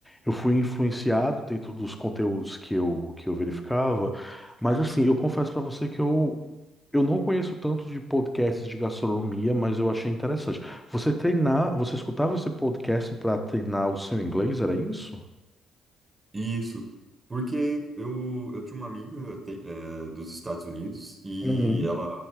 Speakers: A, in the centre; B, on the right.
A: eu fui influenciado dentro dos conteúdos que eu, que eu verificava, mas assim, eu confesso para você que eu, eu não conheço tanto de podcasts de gastronomia, mas eu achei interessante. Você treinar, você escutava esse podcast para treinar o seu inglês, era isso?
B: Isso, porque eu, eu tinha uma amiga te- eh, dos Estados Unidos e
A: Uhum.
B: ela,